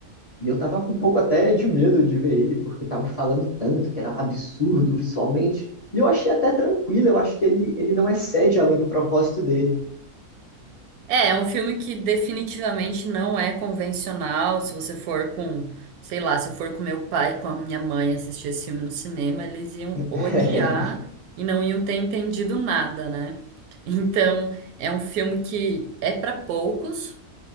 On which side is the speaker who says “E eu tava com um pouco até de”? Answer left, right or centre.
Left